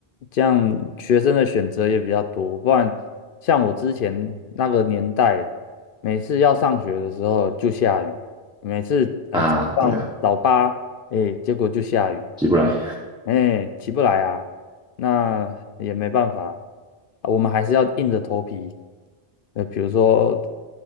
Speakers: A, on the left; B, in the centre.
A: 这样学生的选择也比较多，不然像我之前那个年代，每次要上学的时候就下雨，每次呃早上早八，
B: 啊。对啊，
A: 哎，结果就下雨，
B: 起不来，
A: 哎，起不来啊，那也没办法，啊我们还是要硬着头皮。呃，比如说，